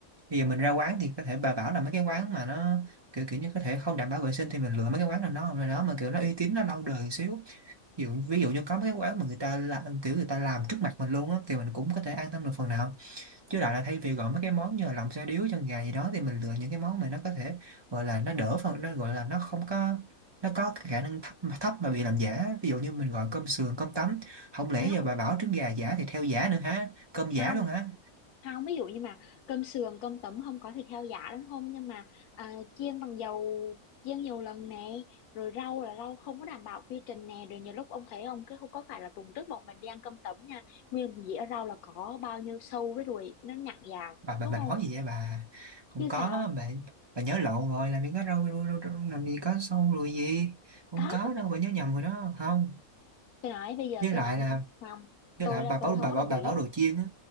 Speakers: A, on the right (about 30°); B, on the left (about 80°).
A: bây giờ mình ra quán thì có thể bà bảo là mấy cái quán mà nó kiểu kiểu như có thể không đảm bảo vệ sinh thì mình lựa mấy cái quán là nó nào đó mà kiểu nó uy tín nó lâu đời một xíu ví dụ ví dụ như có mấy cái quán mà người ta làm kiểu người ta làm trước mặt mình luôn á thì mình cũng có thể an tâm được phần nào chứ lại là thay vì gọi mấy cái món như là lòng xôi điếu chân gà gì đó thì mình lựa những cái món mà nó có thể gọi là nó đỡ phần nó gọi là nó không có nó có cái khả năng thấp mà thấp mà bị làm giả ví dụ như mình gọi cơm sườn cơm tấm không lẽ
B: Không,
A: giờ bà bảo trứng gà giả thì theo giả nữa hả cơm giả
B: không,
A: luôn hả
B: không. Ví dụ như mà cơm sườn, cơm tấm không có thịt heo giả đúng không? Nhưng mà à, chiên bằng dầu, chiên nhiều lần nè. Rồi rau là rau không có đảm bảo quy trình nè. Rồi nhiều lúc ông thấy không, cái không có phải là tuần trước bọn mình đi ăn cơm tấm nha. Nguyên một dĩa rau là có bao nhiêu sâu với ruồi nó nhặn vào.
A: bà bà
B: đúng
A: mình
B: không?
A: nói gì vậy bà không
B: chứ
A: có
B: sao
A: bà bà nhớ lộn rồi làm gì có đâu, đâu, đâu, đâu làm gì có sâu lùi gì không
B: có
A: có đâu bà nhớ nhầm rồi đó không
B: tôi nói bây giờ
A: với
B: tôi
A: lại
B: nói
A: là
B: không
A: với
B: tôi
A: lại
B: là
A: bà
B: tôi
A: bảo
B: không
A: bà
B: có
A: bảo
B: đồng
A: bà
B: ý
A: bảo đồ chiên á